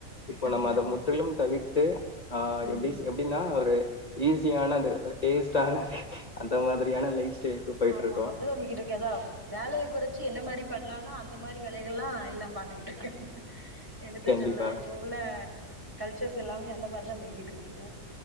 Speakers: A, on the left; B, on the right.
A: இப்ப
B: ம்
A: நம்ம அத
B: ஆமா
A: முற்றிலு தவிர்த்து
B: ம்
A: எடி எப்டின்னா ஒரு ஈஸியான அது டேஸ்டான அந்த மாதிரியான லைஃப் ஸ்டைலுக்கு போயிட்ருக்கோம்.
B: ஆமா அப்டிதா போய்க்கிட்ருக்கு வேலய குறைச்சி என்ன மாரி பண்ணலாம்னா அந்த மாரி வேலைகள்லா எல்லா பாத்துக்கிட்டு இருக்கே என்னத
A: கண்டிப்பா.
B: சொல்ல இப்ப உள்ள கல்ச்சர்ஸ் எல்லாமே அந்த மாரிதா போயக்கிட்ருக்கு